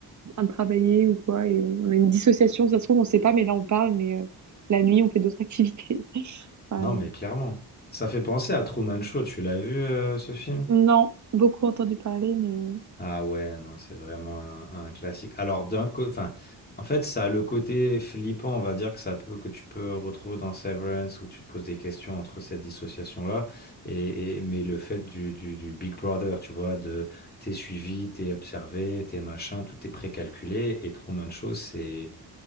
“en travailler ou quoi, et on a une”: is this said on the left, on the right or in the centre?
Right